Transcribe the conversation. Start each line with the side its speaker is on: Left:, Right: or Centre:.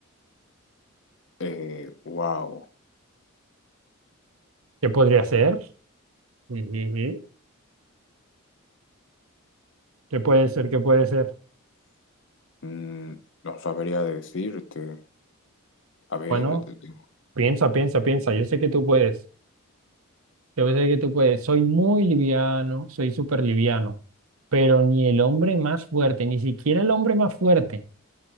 Left: Eh, wow.
Right: ¿Qué podría ser? Ujujú. ¿Qué puede ser? ¿Qué puede ser?
Left: Mm, no sabría decirte. A ver,
Right: Bueno,
Left: te digo.
Right: piensa, piensa, piensa. Yo sé que tú puedes. Yo sé que tú puedes. Soy muy liviano, soy súper liviano. Pero ni el hombre más fuerte, ni siquiera el hombre más fuerte,